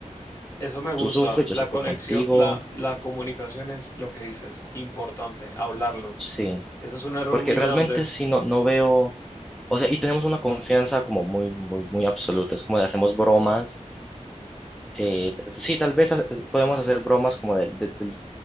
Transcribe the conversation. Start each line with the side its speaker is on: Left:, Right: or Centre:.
Left: Eso me gusta,
Centre: Tú sufres, yo
Left: la
Centre: sufro
Left: conexión,
Centre: contigo,
Left: la, la comunicación es lo que dices, importante, hablarlo.
Centre: sí,
Left: Eso es un error
Centre: porque
Left: muy
Centre: realmente
Left: grande.
Centre: sí no, no veo, o sea, y tenemos una confianza como muy, muy, muy absoluta, es como de hacemos bromas, eh, t- sí, tal vez ha- podemos hacer bromas como de- de- del-